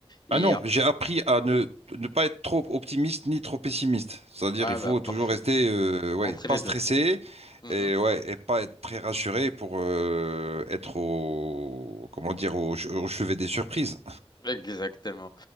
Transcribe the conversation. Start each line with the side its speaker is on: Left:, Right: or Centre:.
Right: Ah
Left: Et
Right: non,
Left: euh,
Right: j'ai appris à ne, ne pas être trop optimiste ni trop pessimiste. C'est-à-dire,
Left: ah
Right: il faut
Left: bah
Right: toujours
Left: parfait,
Right: rester, euh, ouais,
Left: entre les
Right: pas stressé
Left: deux. Mhm.
Right: et ouais, et pas être très rassuré pour euh, être au, comment dire, au, che- au chevet des surprises.
Left: Exactement.